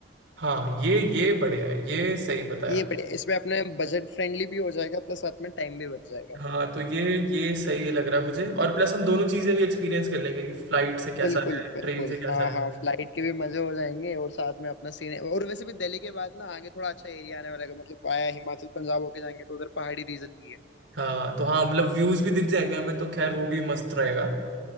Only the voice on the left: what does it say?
ये बढ़िया इसमें अपने बजट फ्रेंडली भी हो जाएगा प्लस साथ में टाइम भी बच जाएगा
बिल्कुल
बिल्कुल
हाँ
हाँ फ्लाइट के भी मजे हो जाएंगे और साथ में अपना सीन और वैसे भी दिल्ली के बाद ना आगे थोड़ा अच्छा एरिया आने वाला है मतलब वाया हिमाचल पंजाब होके जाएंगे तो उधर पहाड़ी रीजन भी है